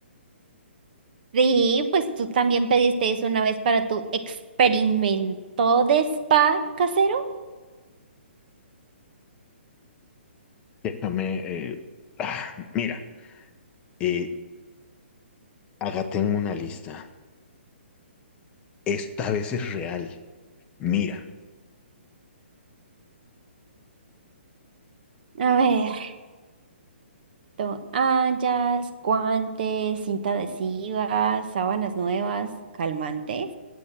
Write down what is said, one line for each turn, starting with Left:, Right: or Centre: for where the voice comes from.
Right: Sí, pues tú también pediste eso una vez para tu experimento de spa casero.
Left: Déjame, eh, <sighs> ah, mira, eh, acá tengo una lista. Esta vez es real. Mira,
Right: A ver, toallas, guantes, cinta adhesiva, sábanas nuevas, calmantes.